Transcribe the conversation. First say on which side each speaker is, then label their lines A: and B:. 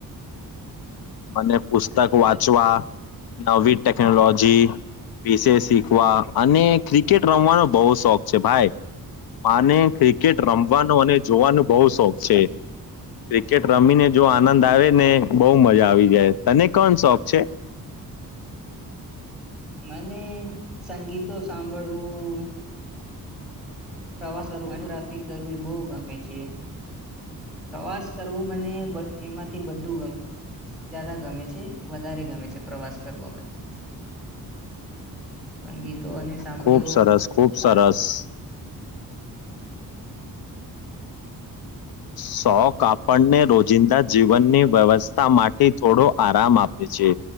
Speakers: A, on the left; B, in the centre.
A: મને પુસ્તક વાંચવા નવી ટેકનોલોજી વિશે શીખવા અને ક્રિકેટ રમવાનો બોવ શોખ છે ભાઈ. માને ક્રિકેટ રમવાનું અને જોવાનું બહુ શોખ છે. ક્રિકેટ રમીને જો આનંદ આવે ને બહુ મજા આવી જાય તને કોણ શોખ છે?
B: મને સંગીતો સાંભળવું પ્રવાસ કરવા ગ્રાફી કરવી બહુ ગમે છે. પ્રવાસ કરવું મને બ એમાથી બધું ગ જ્યાદા ગમે છે. વધારે ગમે છે પ્રવાસ કરવામાં સંગીતો અને સાંભળ્યો
A: ખુબ સરસ
B: પણ
A: ખુબ સરસ <inaudible> શોખ આપણને રોજિંદા જીવનની વ્યવસ્થા માટે થોડો આરામ આપે છે.